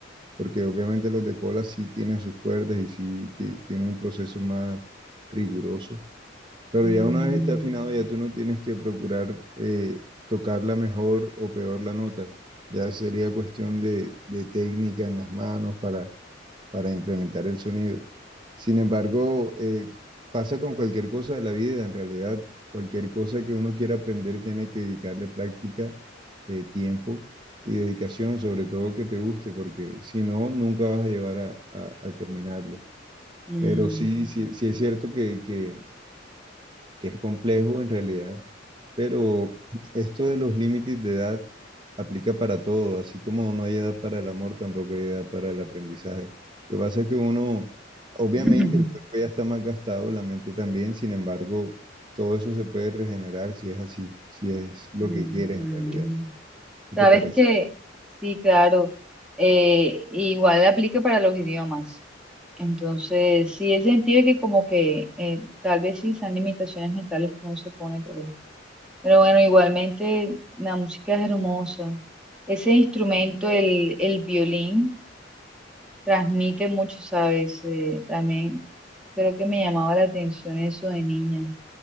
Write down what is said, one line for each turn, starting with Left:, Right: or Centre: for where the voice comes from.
Right: porque obviamente los de cola sí tienen sus cuerdas y sí ti- tienen un proceso más riguroso. Pero
Centre: Ujú.
Right: ya una vez esté afinado, ya tú no tienes que procurar eh, tocarla mejor o peor la nota. Ya sería cuestión de, de técnica en las manos para, para implementar el sonido. Sin embargo, eh, pasa con cualquier cosa de la vida, en realidad, cualquier cosa que uno quiera aprender tiene que dedicarle práctica, eh, tiempo y dedicación, sobre todo que te guste, porque si no, nunca vas a llevar a, a- a terminarlo.
Centre: Mm, mm,
Right: Pero sí, sí, sí es cierto que, que que es complejo en realidad, pero esto de los límites de edad aplica para todo, así como no hay edad para el amor, tampoco hay edad para el aprendizaje. Lo que pasa es que uno, obviamente
Centre: <laughs>
Right: el cuerpo ya está más gastado, la mente también, sin embargo, todo eso se puede regenerar si es así, si es lo
Centre: mm,
Right: que quieres
Centre: mm.
Right: en realidad. ¿No
Centre: Sabes
Right: te parece?
Centre: que sí, claro, eh, igual aplica para los idiomas. Entonces, sí, he sentido que como que eh, tal vez sí sean limitaciones mentales que uno se pone, pero Pero bueno, igualmente la música es hermosa. Ese instrumento, el, el violín, transmite mucho, ¿sabes? Eh, también creo que me llamaba la atención eso de niña,